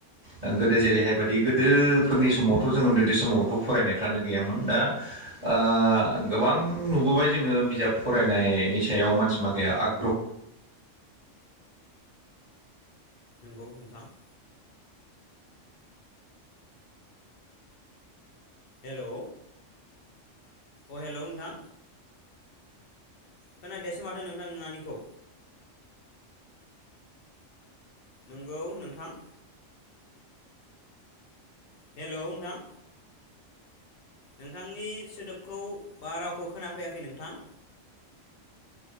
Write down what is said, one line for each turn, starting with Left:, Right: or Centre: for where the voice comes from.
Right: ओ गोदो जेरैहाय बायि गोदोफोरनि समावथ' जों ओन्दै ओन्दै समावथ' फरायनायफ्रानो गैयामोन दा ओ गोबां नुबोबाय जोङो बिजाब फरायनायनि सायाव मानसि माखाया आग <unintelligible>
Left: नंगौ नोंथां। हेलौ अ हेलौ नोंथां। खोनादियासै माथो नोंथां नोंआनिखौ नंगौ नोंथां। हेलौ नोंथां। नोंथांनि सोदोबखौ बा रावखौ खोनाफैयाखै नोंथां। <inaudible>